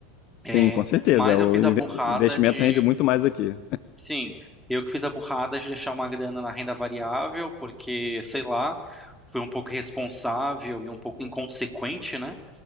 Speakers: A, on the left (about 45°); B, in the centre.
A: Sim,
B: É,
A: com certeza.
B: mas
A: O
B: eu fiz
A: inve-
B: a burrada
A: investimento
B: de
A: rende muito mais aqui.
B: Sim, eu que fiz a burrada de deixar uma grana na renda variável, porque, sei lá, fui um pouco irresponsável e um pouco inconsequente, né?